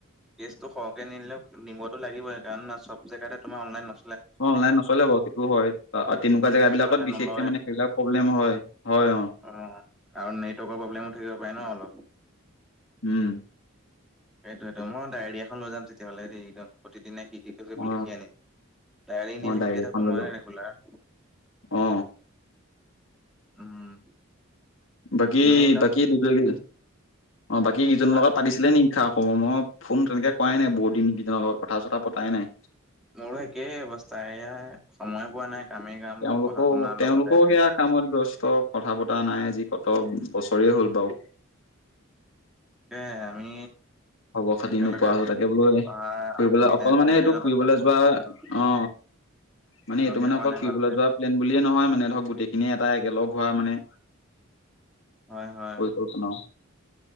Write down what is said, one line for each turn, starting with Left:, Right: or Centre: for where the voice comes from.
Centre: কেছ সহকে নিলেও নিবতো লাগিবই কাৰণ চব জেগাতে তোমাৰ অনলাইন নহয়
Left: অ অনলাইন নচলে বাৰু সেইটো হয় তেনেকুৱা জেগা
Centre: কিছুমানে
Left: বিলাকত বিশেষকে
Centre: নলয়
Left: মানে সেইবিলাক প্ৰব্লেম হয় অ।
Centre: অ আৰু নেটৱৰ্কৰ প্ৰব্লেমো থাকিব পাৰে ন অলপ।
Left: উম
Centre: সেইটোয়েটো মই ডায়েৰিয়া খন লৈ যাম তেতিয়াহ'লে দেই একদম প্ৰতিদিনে কি কি
Left: অ
Centre: লিখি আনিম ডায়েৰী
Left: মই
Centre: লিখিয়ে
Left: ডায়েৰী এখন
Centre: থাকো
Left: ললো
Centre: মই ৰেগুলাৰ।
Left: অ
Centre: উম।
Left: বাকী
Centre: আমি তাত
Left: বাকী দুজন অ বাকী কেইজনৰ
Centre: চা-
Left: লগত পাতিছো। হ'ব মই ফোন তেনেকে কৰাই নাই বহুদিন ক ইকিজনৰ লগত কথা চথা পতাই নাই।
Centre: মোৰো একেই অৱস্থা এয়াই সময় পোৱা নাই কামেই কাম
Left: তেওঁলোকো
Centre: পঢ়া শুনাৰ
Left: তেওঁলোকও
Centre: লগতে
Left: সেয়া
Centre: হ
Left: কামত ব্যস্ত কথা বতা নাই আজি কত বছৰে হ'ল বাৰু
Centre: এ আমি
Left: খবৰ খাতি
Centre: একেলগে
Left: নোপোৱা হৈ তাকে বোলো
Centre: পঢ়া
Left: ফুৰিবলে
Centre: বিদায়
Left: অকল
Centre: সন্মিলনৰ
Left: মানে এইটো ফুৰিবলৈ
Centre: পাছত
Left: যোৱা
Centre: উম
Left: অ মানে
Centre: লগেই
Left: এইটো মানে
Centre: হোৱা
Left: অকল
Centre: নাই
Left: ফুৰিবলৈ
Centre: ভালকে
Left: যোৱা প্লেন বুলিয়ে নহয় মানে ধৰক গোটেইখিনিয়ে এটা একেলগ হোৱা মানে
Centre: হয় হয়।
Left: পৰিকল্পনা